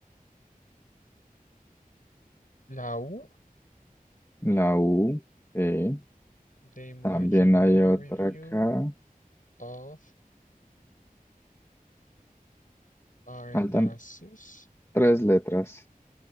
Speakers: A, on the left; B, on the left.
A: la U,
B: La U, sí.
A: The Imaginarium
B: También hay otra acá.
A: of Parnassus,
B: Faltan tres letras.